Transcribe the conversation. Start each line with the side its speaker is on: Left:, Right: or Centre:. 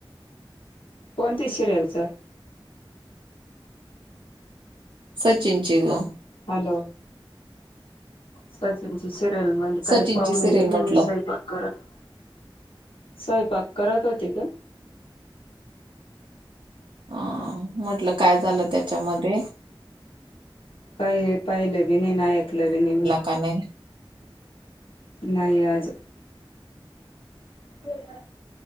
Left: कोणती शिरयलचं
Right: सचिनची गं
Left: हॅलो सचिन सिरियल म्हंणे कांहीं
Right: सचिनची
Left: पांहू
Right: सिरियल
Left: नये देली नां
Right: म्हटलं
Left: मी सईपाक करतं स्वयंपाक करतं होती गं
Right: अं म्हटलं कायं झालं त्यांच्यामध्ये
Left: कांहीं पाहिलं बी नाहीं नां ऐकलं बी नाहीं मी
Right: कां नाहीं
Left: नाहीं आंज हं